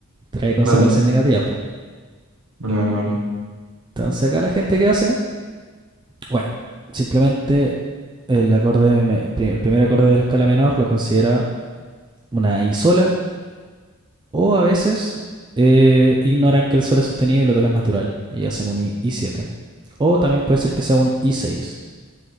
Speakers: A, on the right (about 20°); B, on the right (about 60°).
A: Trae
B: Vale,
A: consecuencias negativas, po.
B: vale, vale, vale.
A: Entonces acá la gente qué hace, bueno, simplemente el acorde, el primer acorde de la escala menor lo considera una I sola O a veces eh, ignoran que el Sol es sostenido y lo tocan natural y hacen un I- I7. O también puede ser que sea un I6.